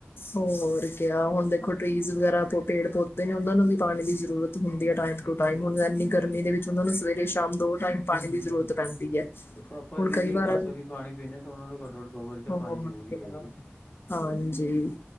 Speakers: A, on the left (about 55°); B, on the left (about 35°).
A: ਹੋਰ ਕਿਆ ਹੁਣ ਦੇਖੋ ਟ੍ਰੀਜ਼ ਵਗੈਰਾ ਪੇੜ ਪੌਦ ਨੇ ਉਨਾਂ ਨੂੰ ਵੀ ਪਾਣੀ ਦੀ ਜ਼ਰੂਰਤ ਹੁੰਦੀ ਆ ਟਾਈਮ ਟੂ ਟਾਈਮ, ਹੁਣ ਏਨੀ ਗਰਮੀ ਦੇ ਵਿੱਚ ਉਹਨਾਂ ਨੂੰ ਸਵੇਰੇ ਸ਼ਾਮ ਦੋ ਟਾਈਮ ਪਾਣੀ ਦੀ ਜ਼ਰੂਰਤ ਪੈਂਦੀ ਹੈ
B: ਦੇਖੋ ਆਪਾਂ
A: ਹੁਣ
B: ਦਿਨ
A: ਕਈ
B: ਚ ਇੱਕ
A: ਵਾਰ
B: ਦਸ ਵਾਰੀ ਪਾਣੀ ਪੀਣੇ ਤੇ ਉਨਾਂ ਨੂੰ ਘੱਟੋ ਘੱਟ
A: <unintelligible>
B: ਦੋ ਵਾਰੀ ਤਾਂ ਪਾਣੀ ਜ਼ਰੂਰੀ ਹੈ ਜੀ।
A: ਹਾਂਜੀ